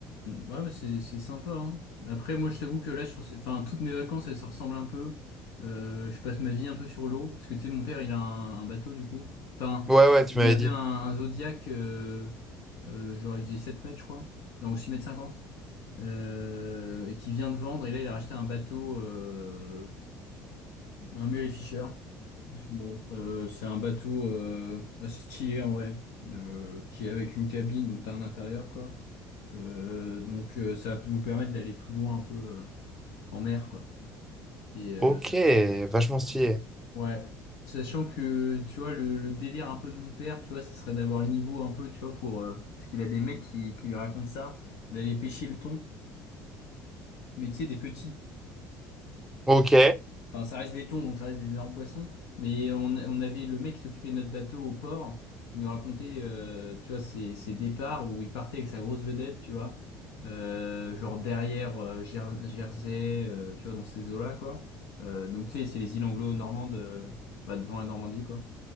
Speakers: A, on the left; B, in the centre.
A: ouais, mais c'est c'est sympa. hein. Après, moi, je t'avoue que là, sur, ces- enfin, toutes mes vacances, elles se ressemblent un peu. Euh, je passe ma vie un peu sur l'eau, parce que tu sais, mon père, il a un, un bateau du coup. Enfin,
B: Ouais, ouais, tu m'avais
A: on avait
B: dit.
A: un, un Zodiac, euh, euh, genre il faisait 7 mètres, je crois, donc 6 mètres 50, euh, et qui vient de vendre. Et là, il a racheté un bateau. Euh, Un Mary Fisher. Bon, euh, c'est un bateau euh, assez stylé en vrai, euh, qui est avec une cabine, donc t'as un intérieur quoi. Euh, donc euh, ça va nous permettre d'aller plus loin un peu euh, en mer quoi. Et euh,
B: Ok, vachement stylé.
A: ouais, sachant que tu vois le, le délire un peu de mon père, tu vois, ce serait d'avoir le niveau un peu, tu vois, pour euh, parce qu'il a des mecs qui, qui lui racontent ça, d'aller pêcher le thon, mais tu sais des petits.
B: Ok,
A: Enfin, ça reste des thons, donc ça reste des énormes poissons. Mais on, on avait le mec qui s'occupait de notre bateau au port. Il nous racontait, euh, tu vois, ses, ses départs où il partait avec sa grosse vedette, tu vois. Euh, genre derrière euh, Jer- Jersey, euh, tu vois, dans ces eaux-là, quoi. Euh, donc, tu sais, c'est les îles anglo-normandes, euh, bah, devant la Normandie, quoi.